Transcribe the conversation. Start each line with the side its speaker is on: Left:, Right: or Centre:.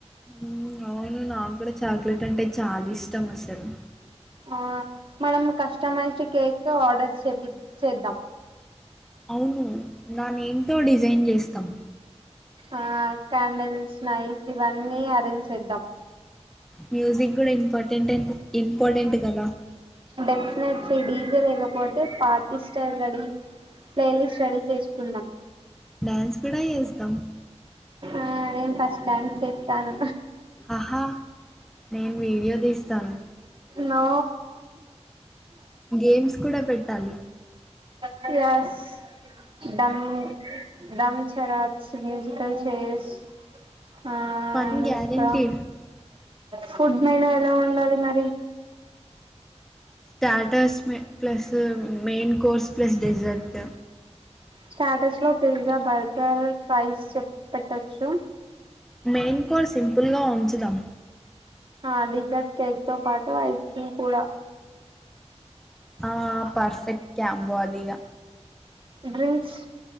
Centre: హ్మ్. అవును నాకు కూడా చాక్లెట్ అంటే చాలా ఇష్టం అసలు.
Right: ఆ మనం కస్టమైజ్డ్ కేక్ తో ఆర్డర్ చెపి చేద్దాం.
Centre: అవును నానే ఏంతో డిజైన్ చేస్తాం
Right: ఆ క్యాండల్స్ నైస్ ఇవన్నీ అరేంజ్ చేద్దాం
Centre: మ్యూజిక్ కూడా ఇంపార్టెంట్ అన్ ఇంపార్టెంట్ కదా
Right: డెఫినెట్లీ డీజే లేకపోతే party style ready playlist ready చేసుకుందాం
Centre: డాన్స్ కూడా జేస్తాం.
Right: ఆ నేను ఫస్ట్ డ్యాన్స్ చేస్తాను
Centre: ఆహా నేను వీడియో తీస్తాను
Right: నో
Centre: గేమ్స్ కూడా పెట్టాలి
Right: ప్లస్ దమ్ ధంమ్షలాచ్ మ్యూజికల్ చైర్స్ ఆ
Centre: పని గ్యారెంటి
Right: ఇంకా ఫుడ్ మెనూ ఎలా ఉండాలి మరి
Centre: స్టాటస్ మ plus main course plus dessert
Right: స్టాటస్లో పిజ్జా బర్గర్ ఫ్రైస్ చెప్ పెట్టచ్చు
Centre: మెయిన్ కో సింపుల్ గా వంచుదం
Right: ఆ డిజర్ట్ కేక్ తో పాటు ఐస్ క్రీమ్ కూడా
Centre: ఆ పర్ఫెక్ట్ కాంబో అధిగ
Right: డ్రింక్స్